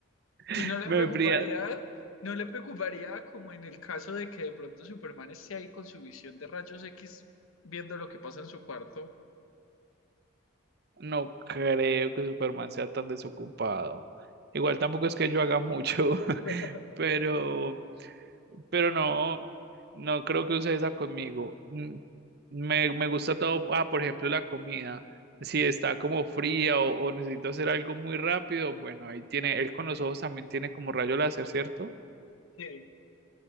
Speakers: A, on the right; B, on the left.
A: <laughs>
B: Y no le
A: me
B: preocuparía,
A: fría.
B: no le preocuparía como en el caso de que de pronto Superman esté ahí con su visión de rayos X viendo lo que pasa en su cuarto.
A: No creo que Superman sea tan desocupado. Igual tampoco es que yo haga mucho, <laughs>
B: <laughs>
A: pero... Pero no, no creo que use esa conmigo. Mm, Me, me gusta todo, ah, por ejemplo, la comida. Si está como fría o, o necesito hacer algo muy rápido, bueno, ahí tiene, él con los ojos también tiene como rayo láser, ¿cierto?
B: Sí.